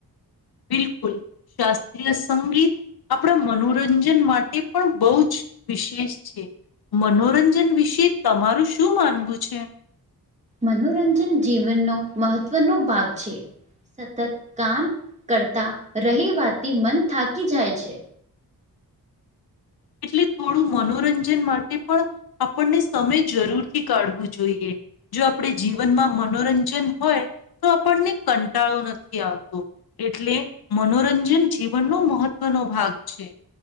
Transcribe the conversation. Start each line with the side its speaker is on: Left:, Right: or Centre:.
Left: બિલકુલ શાસ્ત્રીય સંગીત. આપણા મનોરંજન માટે પણ બહુ જ વિશેષ છે. મનોરંજન વિશે તમારું શું માનવું છે.
Right: મનોરંજન જીવનનો મહત્વનો ભાગ છે. સતત કામ કરતાં રહીવાથી મન થાકી જાય છે.
Left: એટલે થોડું મનોરંજન માટે પણ. આપણને સમય જરૂરથી કાઢવું જોઈએ. જો આપણે જીવનમાં મનોરંજન હોય તો આપણને કંટાળો નથી આવતો. એટલે મનોરંજન જીવનનો મહત્વનો ભાગ છે